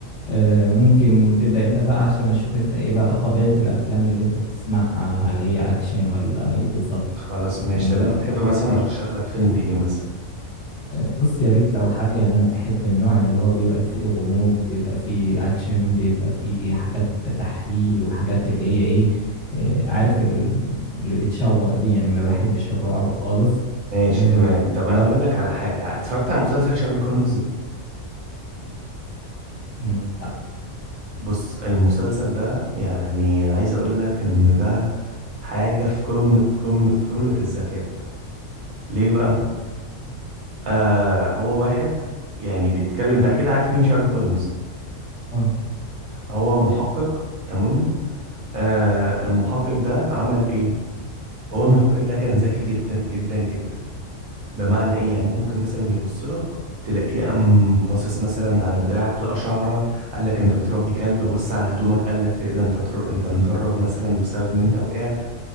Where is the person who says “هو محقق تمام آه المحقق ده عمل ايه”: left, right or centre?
Right